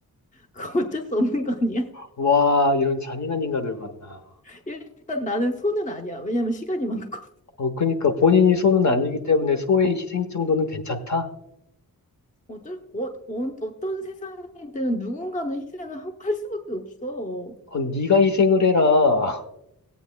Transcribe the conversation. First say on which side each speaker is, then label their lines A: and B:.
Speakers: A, on the left (about 20°); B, on the left (about 50°).
A: 그 어쩔 수 없는 거 아니야?
B: 와, 이런 잔인한 인간을 만나.
A: 일단 나는 손은 아니야. 왜냐면 시간이 많고.
B: 어, 그러니까 본인이 소는 아니기 때문에 소의 희생 정도는 괜찮다?
A: 어떨, 어, 어, 어떤 세상이든 누군가는 희생을 하- 할 수밖에 없어.
B: 어, 네가 희생을 해라.